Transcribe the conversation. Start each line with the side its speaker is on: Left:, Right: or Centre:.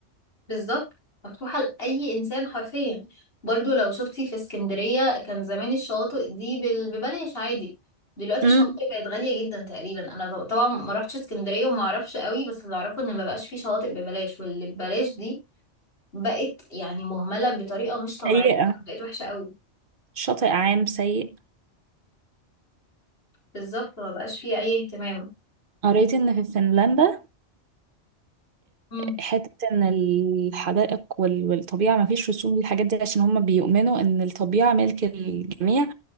Left: بالظبط مفتوحة لأي إنسان حرفيا برضو لو شفتي في اسكندرية كان زمان الشواطئ دي بال- ببلاش عادي دلوقتي
Right: امم
Left: الشواطئ بقت غالية جدا تقريبا انا طب- طبعا ما رحتش اسكندرية وما اعرفش قوي بس اللي اعرفه ان ما بقاش فيه شواطئ ببلاش واللي ببلاش دي بقت يعني مهملة بطريقة مش طبيعية
Right: سيئة
Left: بقت وحشة قوي
Right: شاطئ عام سيء
Left: بالظبط ما بقاش فيها أي اهتمام
Right: قريت ان في فنلندا
Left: امم
Right: حتة ان الحدائق وال- والطبيعة ما فيش رسوم للحاجات دي عشان هم بيؤمنوا ان الطبيعة ملك الجميع